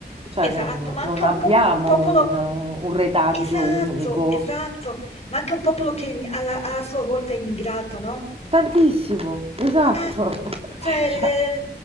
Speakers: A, on the right; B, on the left.
A: cioè
B: Esatto,
A: n-
B: ma
A: non
B: anche un
A: abbiamo
B: po' un popolo
A: un, un retaggio
B: esatto,
A: unico,
B: esatto, ma anche un popolo che im alla a sua volta è immigrato, no?
A: tantissimo, esatto.
B: Eh,
A: <laughs>
B: cioè
A: Cioè,